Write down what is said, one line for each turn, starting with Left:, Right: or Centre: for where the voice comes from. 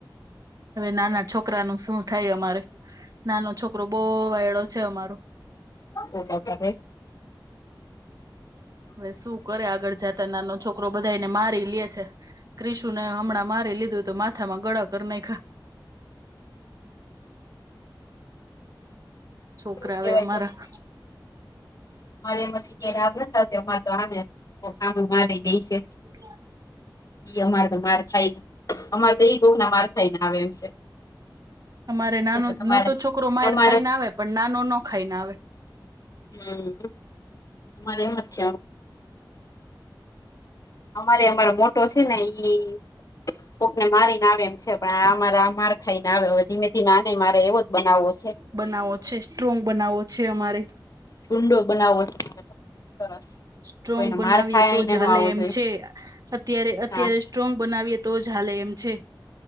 Right: હવે નાના છોકરાનું શું થાય અમારે, નાનો છોકરો બવ વાયડો છે અમારો.
Left: ઓ વગરે <unintelligible>
Right: હવે શું કરે આગળ જાતા નાનો છોકરો બધાને મારી લે છે. ક્રિશુને હમણાં મારી લીધુંતું માથામાં દળા કરી નાયખા. છોકરાવે
Left: શું કેવાય
Right: અમારા.
Left: અરે એમાંથી કે <unintelligible> રાભ અમારે આને ખામ મારી દે છે <unintelligible>
Right: હ <inaudible>
Left: ઈ અમારે તો માર ખાઈને, અમારે તો ઈ બહુના માર ખાઈ ને આવે એમ છે.
Right: અમારે નાનો
Left: તો તો તમારે
Right: મોટો છોકરો માર
Left: તમારે
Right: ખાઈને આવે પણ નાનો ન ખાઈને આવે.
Left: હમ. તમારે મત છા. અમારે અમારો મોટો છે ને ઈ કોકને મારીને આવે એમ. પણ આ મારે આ માર ખાઈને આવેવે ધીમે ધી નાને મારે એવો જ બનાવો છે.
Right: બનાવો છે સ્ટ્રોંગ બનાવો છે અમારે.
Left: ગુંડો બનાવો સરસ.
Right: સ્ટ્રોંગ
Left: કોઈને
Right: બનાવીએ
Left: માર ખાઈને
Right: તો હાલે
Left: નો આવવો
Right: એમ
Left: જોઈએ
Right: છે. અત્યારે અત્યારે
Left: હા
Right: સ્ટ્રોગ બનાવીએ તો જ હાલે એમ છે.